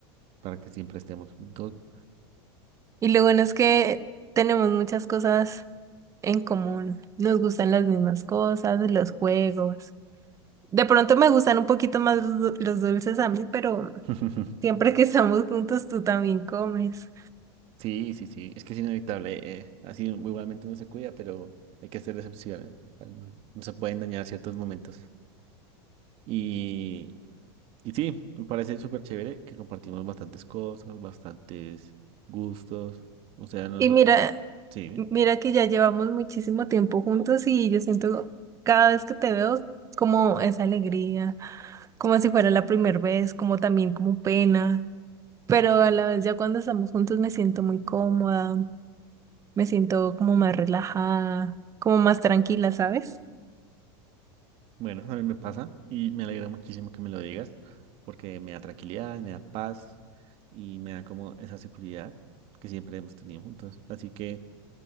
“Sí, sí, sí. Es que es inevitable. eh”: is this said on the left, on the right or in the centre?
Right